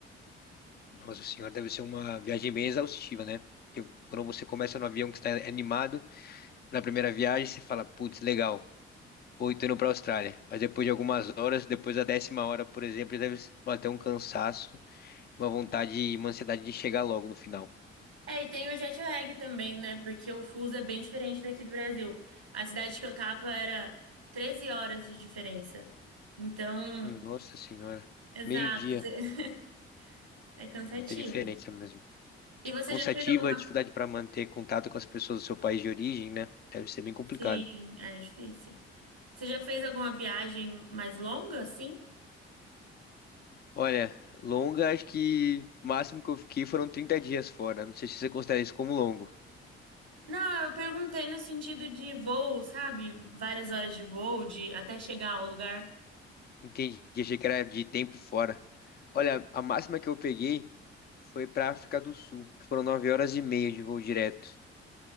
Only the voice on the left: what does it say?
Nossa senhora, deve ser uma viagem bem exaustiva, né? Porque quando você começa no avião que está animado, na primeira viagem você fala, putz, legal, vou tô indo para a Austrália. Mas depois de algumas horas, depois da décima hora, por exemplo, deve bater um cansaço, uma vontade e uma ansiedade de chegar logo no final.
Nossa senhora.
Meio-dia.
Muita diferença mesmo.
Cansativa,
dificuldade para manter contato com as pessoas do seu país de origem, né? Deve ser bem complicado.
Olha, longa, acho que o máximo que eu fiquei foram 30 dias fora. Não sei se você considera isso como longo.
Entendi, achei que era de tempo fora. Olha, a máxima que eu peguei foi para África do Sul, que foram 9 horas e meia de voo direto.